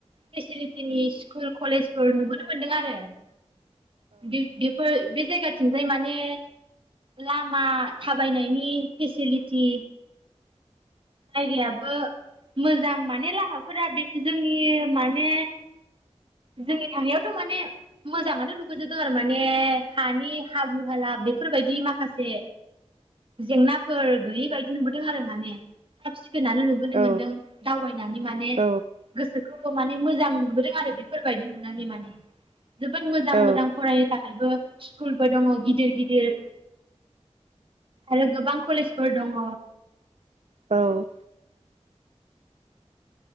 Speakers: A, on the right; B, on the right.
A: फेसिलिटिनि स्कुल कलेजफोर नुबोनो मोनदों आरो। बि बेफोर बे जायगा थिंजाय माने लामा थाबायनायनि फेसिलिटि जायगायाबो मोजां माने लामाफोरा बे जोंनि माने जोंनि थांनायावथ' माने मोजाङानो नुबो जोबदों आरो माने हानि हाब्रु हाला बेफोर बायदि माखासे जेंना फोर गैयै बायदि नुबोदों आरो माने। साब सि खोन आनो नुबोनो
B: औ
A: मोन्दों दावबायनानै माने
B: औ
A: गोसोखौ औ माने मोजां मोनबोदों आरो बेफोर बायदि नुनानै माने जोबोद मोजां
B: औ
A: मोजां फरायनो थाखायबो स्कुल फोर दङ गिदिर गिदिर आरो गोबां कलेज फोर दङ।
B: औ